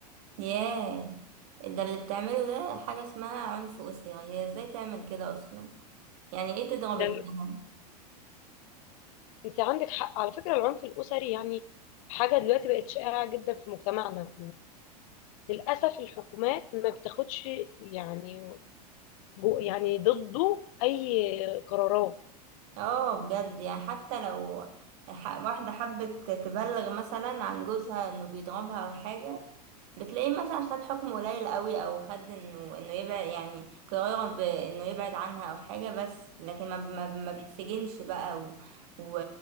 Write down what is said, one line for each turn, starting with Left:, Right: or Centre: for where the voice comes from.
Right: ياه ده اللي بتعمله ده حاجة اسمها عنف أسري هي ازاي تعمل كده أصلا يعني ايه تضرب
Left: ده
Right: ابنها
Left: ال- أنت عندك حق على فكرة العنف الأسري يعني حاجة دلوقتي بقت شائعة جدا في مجتمعنا وللأسف الحكومات ما بتاخدش يعني جو يعني ضده اي قرارات
Right: اه بجد يعني حتى لو ح- واحدة حبت تبلغ مثلا عن جوزها انه بيضربها أو حاجة بتلاقيه مثلا خد حكم قليل قوي أو خد انه انه يبعد يعني قرار بانه يبعد عنها أو حاجة بس لكن ما, ما, ما بيتسجنش بقى و... و...